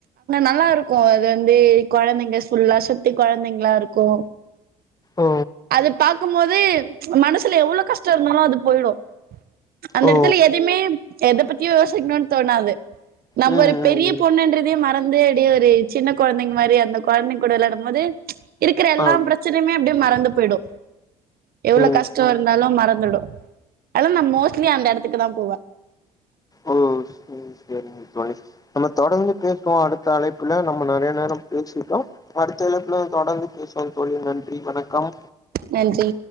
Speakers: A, on the right (about 55°); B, on the left (about 20°).
A: நல்லா இருக்கு அது வந்து கொழந்தைங்க ஃபுல்லா சுத்தி கொழந்தைங்ளா இருக்கு கோ
B: ஓ
A: அது பாக்கும்போது மனசுல எவ்ளோவு கஷ்டோ இருந்தாலு அது பொய்டு அந்த
B: ஓ
A: எடத்துல எதுமே எத பத்தியு யோசிக்கணுனு தோணாது நம்ம
B: ம்
A: ஒரு
B: ம்
A: பெரிய
B: ம்
A: பொண்ணுன்றதே மறந்து அப்டியே ஒரு சின்ன கொழந்தைங்க மாரி அந்த கொழந்தைங்க கூட வெளையாடும்போது இருக்குற எல்லா
B: ஆம்
A: பிரச்சனையுமே அப்டியே மறந்து பொய்டு எவ்ளோ
B: ம்
A: கஷ்ட இருந்தாலு மறந்துடு அதனது நா மோஸ்ட்லி அந்த எடத்துக்குதா போவே
B: ஓ சேரி சேரிங்க தோழி நம்ப தொடர்ந்து பேசுவோ அடுத்த அழைப்புல நம்ம நெறைய நேர பேசிட்டோ அடுத்த அழைப்புல தொடர்ந்து பேசுவோ தோழி நன்றி வணக்கம்
A: நன்றி